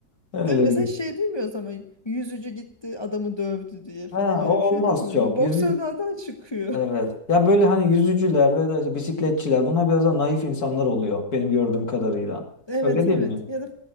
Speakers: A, on the left (about 65°); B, on the left (about 20°).
A: Öyleydi.
B: Değil mi? Mesela hiç şey duymuyoruz ama yüzücü gitti adamı dövdü diye falan
A: Ha,
B: öyle
A: o olmaz
B: bir şey duymuyoruz.
A: çok.
B: Bu boksörlerden
A: Yüzü
B: çıkıyor.
A: Evet.
B: <laughs>
A: Ya böyle hani yüzücüler ve de işte bisikletçiler bunlar biraz daha naif insanlar oluyor benim gördüğüm kadarıyla.
B: Evet
A: Öyle değil
B: evet
A: mi?
B: ya da